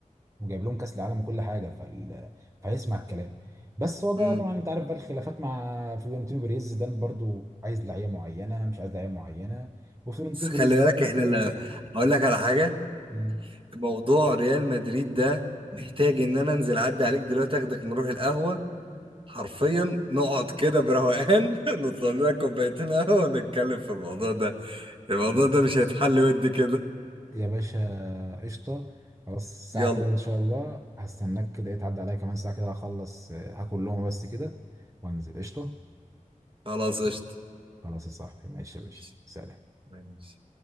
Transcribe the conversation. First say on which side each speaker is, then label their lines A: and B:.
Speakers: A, on the right; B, on the right.
A: وجايب لهم كاس العالم وكل حاجه فال... فهيسمع الكلام بس هو بقى
B: امم
A: طبعا انت عارف بقى الخلافات مع فلورنتينو بيريز ده برضو عايز لعيبه معينه مش عايز لعيبه معينه وفلورنتينو
B: بس خلي
A: بيريز
B: بالك احنا
A: يرفض
B: لا هقول لك على حاجه
A: مم.
B: موضوع ريال مدريد ده محتاج ان انا انزل اعدي عليك دلوقتي اخدك نروح القهوه حرفيا نقعد كده بروقان <laughs> نطلب لنا كوبايتين قهوه ونتكلم في الموضوع ده الموضوع ده مش هيتحل ودي كده
A: يا باشا قشطه خلاص الساعه
B: يلا
A: كده ان شاء الله هستناك كده إيه، تعدي عليا كمان ساعه كده هخلص آه، هاكل لهم بس كده وانزل قشطه
B: خلاص قشطه
A: خلاص يا صاحبي ماشي يا باشا
B: ماشي
A: سلام
B: ماشي.